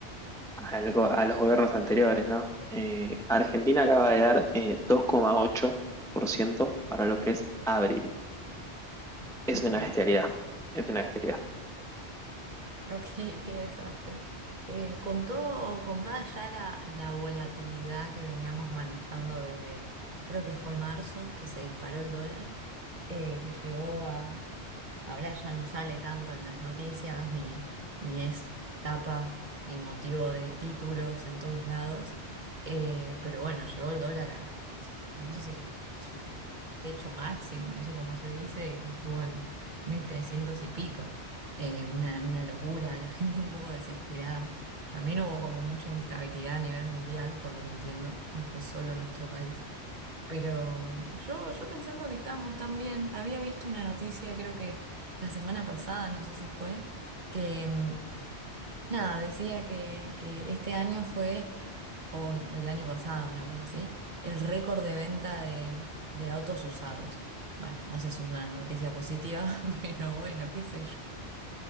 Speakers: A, in the centre; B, on the right (about 45°).
A: al go- a los gobiernos anteriores, ¿no? Eh, Argentina acaba de dar eh, dos coma ocho por ciento para lo que es abril. Es
B: Ok,
A: una bestialidad, es una bestialidad.
B: Ok, <laughs> qué desastre. Eh, con todo, con toda ya la, la volatilidad que veníamos manejando desde, creo que fue marzo, que se disparó el dólar, eh, que llegó a Ahora ya no sale tanto en las noticias, ni, ni es tapa, ni motivo de títulos en todos lados. Eh, pero bueno, llegó el dólar a, no sé si es su, su techo máximo, no sé cómo se dice, que estuvo en 1300 y pico. Eh, una, una locura, la <laughs> gente un poco desesperada. También hubo como mucha inestabilidad a nivel mundial, por lo que entiendo, no fue solo nuestro país. Pero mm, yo, yo pensando que estábamos tan bien, había visto una noticia, creo que la semana pasada, no sé si fue, que mm, nada, decía que, que este año fue, o el año pasado, una cosa así, el récord de venta de, de autos usados. Bueno, no sé si es una noticia positiva, <laughs> pero bueno, qué sé yo.